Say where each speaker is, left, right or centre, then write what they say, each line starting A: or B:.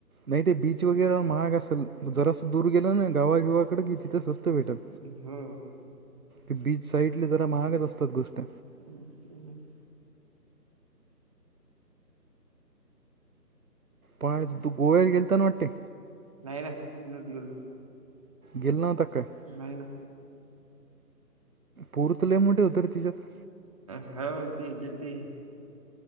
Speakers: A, on the right (about 60°); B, on the right (about 20°).
A: नाही ते बीच वगैरे महाग असेल जरासं दूर गेलं ना गावागिवाकडे की तिथं स्वत भेटेल
B: हा
A: ते बीच साईटले जरा महागच असतात गोष्ट
B: हम् ह
A: पण तू गोव्यात गेलताना वाटते
B: नाही नाही दनत गलो
A: गिल् तक
B: नाही ना
A: पूर्तले मोठे होतर तिच्यात
B: होा ते गल्दी